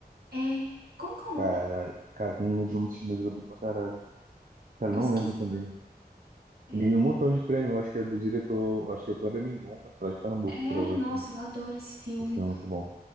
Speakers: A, on the right (about 70°); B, on the right (about 55°).
A: É. Como que é o nome?
B: Cara, cara, eu não lembro muito de mas é bom pra caralho. Cara,
A: Eu
B: eu não
A: esqueci.
B: lembro também.
A: É,
B: Ele ganhou um montão de prêmio, acho que é do diretor, acho que é o Kleber Mendonça, tá lá de Pernambuco,
A: é,
B: que gravou
A: nossa,
B: esse,
A: eu adoro esse filme.
B: esse filme é muito bom.